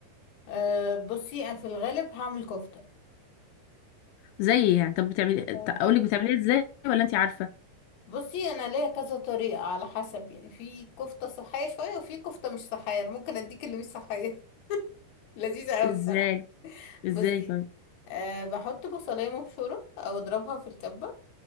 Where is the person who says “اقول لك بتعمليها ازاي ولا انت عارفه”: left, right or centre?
Left